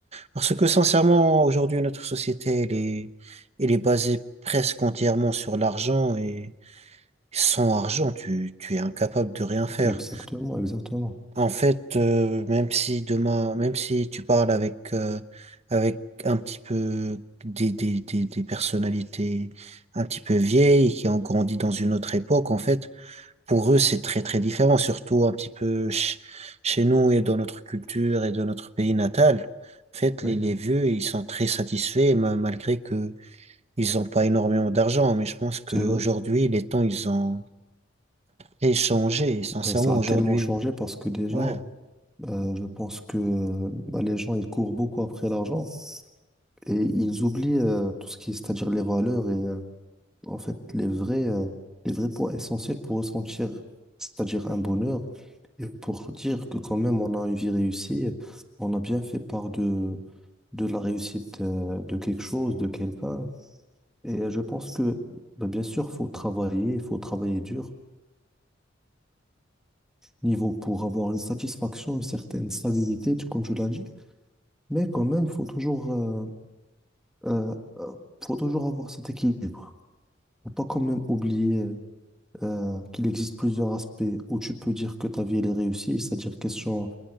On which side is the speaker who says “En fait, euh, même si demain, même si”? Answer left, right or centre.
Right